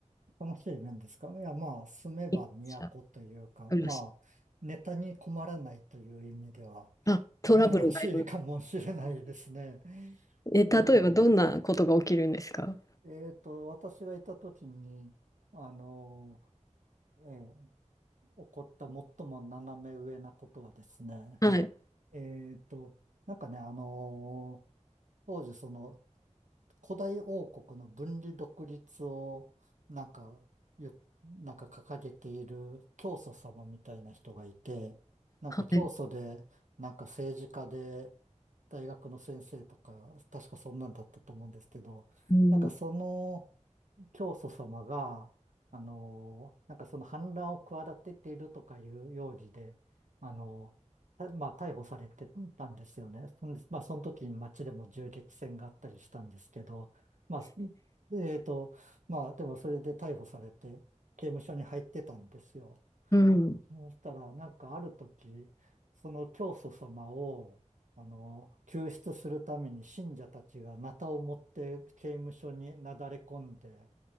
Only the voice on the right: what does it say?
楽しい面ですかいや、まあ、住めば都というか、
まあ、ネタに困らないという意味では、
楽しいかもしれないですね。
え
え、えーと、私がいた時に、あの、えー起こった最も斜め上なことはですね、
えーと、なんかね、あの、当時その、古代王国の分離独立を、なんか言、ゆなんか掲げている教祖様みたいな人がいて、なんか教祖で、
なんか政治家で、大学の先生とか、確かそんなんだったと思うんですけど、
なんかその教祖様が、あの、なんかその反乱を企てているとかいう容疑で、あの、たまあ逮捕されてたんですよね。そんで、まあその時に街でも銃撃戦があったりしたんですけど、まあ、すえっと、まあでもそれで逮捕されて刑務所に入ってたんですよ。
そしたら、なんかある時、その教祖様を、あの、救出するために信者たちがナタを持って刑務所になだれ込んで、